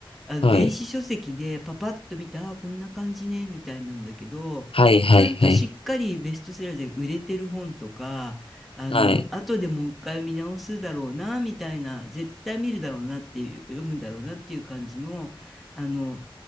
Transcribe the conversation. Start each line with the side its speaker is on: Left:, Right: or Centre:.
Centre: あの、
Left: はい。
Centre: 電子書籍でパパッと見て、ああ、こんな感じね、みたいなんだけど、
Left: はいはいはい。
Centre: ちゃんとしっかりベストセラーで売れてる本とか、あの、
Left: はい。
Centre: 後でもう一回見直すだろうな、みたいな、絶対見るだろうなっていう、読むだろうなっていう感じの、あの、